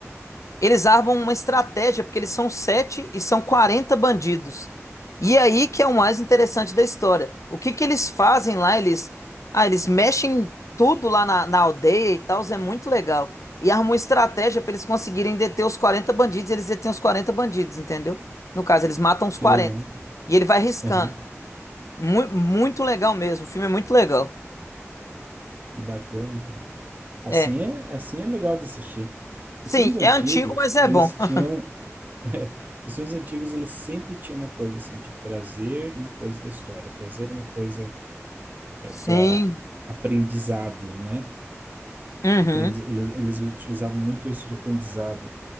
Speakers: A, on the left; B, on the right.
A: eles armam uma estratégia, porque eles são sete e são 40 bandidos. E é aí que é o mais interessante da história. O que que eles fazem lá? Eles, ah, eles mexem tudo lá na, na aldeia e tal, é muito legal. E armam uma estratégia para eles conseguirem deter os 40 bandidos, e eles detêm os 40 bandidos, entendeu? No caso, eles matam os
B: que
A: quarenta
B: legal.
A: E ele vai riscando.
B: Aham,
A: Mu- muito legal mesmo, o filme é muito legal.
B: Que bacana, cara. Assim
A: É.
B: é, assim é legal de assistir.
A: Sim,
B: Os filmes antigos,
A: é antigo, mas é
B: eles
A: bom. <laughs>
B: tinham. <laughs> os filmes antigos, eles sempre tinham uma coisa assim, de trazer uma coisa da história, trazer uma coisa
A: Sim.
B: para aprendizado, né?
A: Uhum.
B: Aprendiz, eles, eles utilizavam muito isso de aprendizado